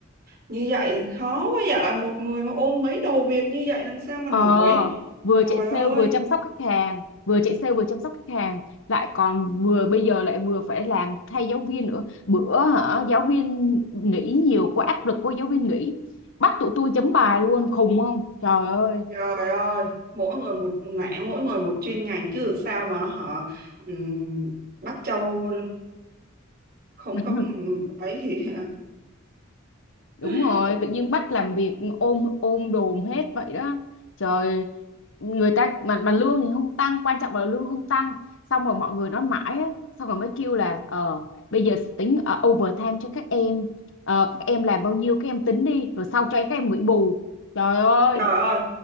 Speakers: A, on the right; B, on the left.
A: như vậy khó quá vậy một người mà ôm mấy đầu việc như vậy làm sao mà
B: Ờ,
A: nổi
B: vừa
A: trời
B: chạy
A: ơi
B: sale vừa chăm sóc khách hàng, vừa chạy sale vừa chăm sóc khách hàng, lại còn vừa bây giờ lại vừa phải làm thay giáo viên nữa. Bữa hả, giáo viên nghỉ nhiều quá áp lực của giáo viên nghỉ, bắt tụi tôi chấm bài luôn, khùng không? Trời ơi.
A: trời ơi mỗi người một mảng mỗi người một chuyên ngành chứ sao mà họ ừm, bắt châu không
B: <laughs>
A: có ừ, ấy thì
B: đúng
A: <laughs>
B: rồi tự nhiên bắt làm việc ôm ôm đồm hết vậy đó trời người ta mà mà lương thì không tăng quan trọng là lương không tăng xong rồi mọi người nói mãi á, xong rồi mới kêu là ờ bây giờ tính ờ, overtime cho các em Ờ, các em làm bao nhiêu các em tính đi rồi sau cho các em nghỉ bù trời ơi
A: trời ơi